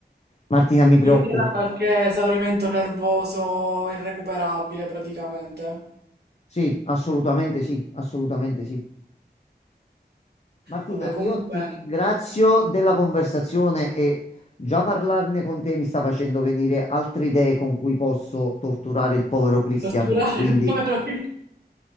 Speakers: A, on the left; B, on the right.
A: Martina mi preoccupo.
B: Io era qualche esaurimento nervoso irrecuperabile praticamente.
A: Sì, assolutamente sì, assolutamente sì. Martina,
B: Vabbè, comunque,
A: io ti ringrazio della conversazione e già parlarne con te mi sta facendo venire altre idee con cui posso torturare il povero Christian.
B: torturare
A: Quindi
B: il povero <laughs> figlio.